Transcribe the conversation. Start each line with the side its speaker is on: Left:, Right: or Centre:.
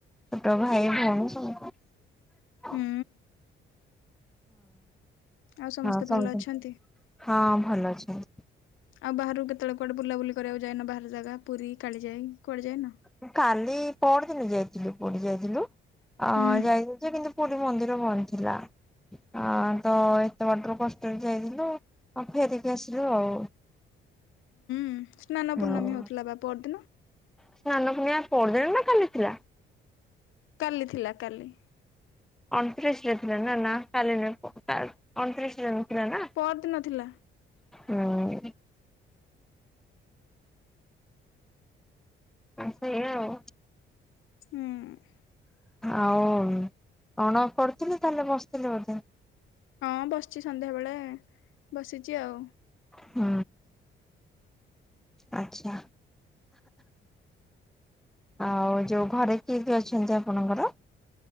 Centre: ଛୋଟ ଭାଇ ଭଉଣୀ ସମତେ। ହଁ।
Left: ହୁଁ ଆଉ ସମସ୍ତେ
Centre: ହଁ ସମତେ
Left: ଭଲ ଅଛନ୍ତି।
Centre: ହଁ ଭଲ ଅଛନ୍ତି।
Left: ଆଉ ବାହରୁକୁ କେତବେଳେ କୁଆଡ଼େ ବୁଲାବୁଲି କରିବାକୁ ଯାଇନ ବାହାର ଜାଗା ପୁରୀ କାଳିଯାଇ କୁଆଡ଼େ ଯାଇନ?
Centre: ଉଁ କାଲି ପର୍ଦିନ ଯାଇଥିଲୁ ପୁରୀ ଯାଇଥିଲୁ ଆଁ
Left: ହୁଁ
Centre: ଯାଇଥିଲୁ ଯେ କିନ୍ତୁ ପୁରୀ ମନ୍ଦିର ବନ୍ଦ ଥିଲା। ଆଁ ତ ଏତେ ବାଟରୁ କଷ୍ଟରେ ଯାଇଥିଲୁ ଆ ଫେରିକି ଆସିଲୁ ଆଉ।
Left: ହୁଁ ସ୍ନାନ
Centre: ହୁଁ।
Left: ପୂର୍ଣ୍ଣମୀ ହଉଥିଲା ବା ପରଦିନ।
Centre: ସ୍ନାନ ପୁର୍ଣିମା ପରଦିନ ନା କାଲି ଥିଲା।
Left: କାଲି ଥିଲା କାଲି।
Centre: ଅଣତିରିଶ ରେ ଥିଲା ନା? ନା କାଲି <inaudible> ଅଣତିରିଶ ରେ ନଥିଲା ନା?
Left: ପରଦିନ ଥିଲା।
Centre: <inaudible> ହୁଁ। <inaudible> ସେଇଆ ଆଉ।
Left: ହୁଁ।
Centre: ଆଉ ଅଣ କରୁଥିଲେ। ତାହେଲେ, ବସିଥିଲେ ବୋଧେ।
Left: ହଁ ବସିଛି ସନ୍ଧ୍ୟାବେଳେ, ବସିଛି ଆଉ।
Centre: ହୁଁ। ଆଚ୍ଛା। ଆଉ ଯୋଉ ଘରେ କିଏ କିଏ ଅଛନ୍ତି ଆପଣଙ୍କର?